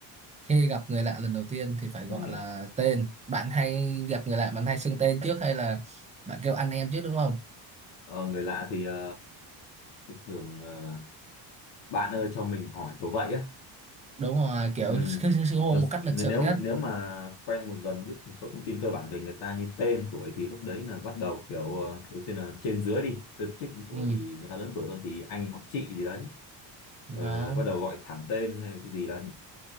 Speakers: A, on the right; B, on the left.
A: khi gặp người lạ lần đầu tiên thì phải
B: cái
A: gọi
B: này
A: là tên bạn hay gặp người lạ bạn hay xưng tên trước hay là bạn kêu anh em trước đúng không
B: Ờ, người lạ thì ờ, tôi thường ờ, bạn ơi cho mình hỏi kiểu vậy á
A: đúng rồi kiểu
B: ừ.
A: xưng xưng- xưng hô
B: Ờ,
A: một cách
B: nếu
A: lịch sự nhất
B: nếu mà quen một dần biết một số thông tin cơ bản về người ta như tên tuổi thì lúc đấy là bắt đầu kiểu ờ, đầu tiên là trên dưới đi được trích tuổi
A: ừ.
B: thì người ta lớn tuổi hơn thì anh hoặc chị gì đấy
A: đó
B: rồi là bắt đầu gọi thẳng tên hay là cái gì đấy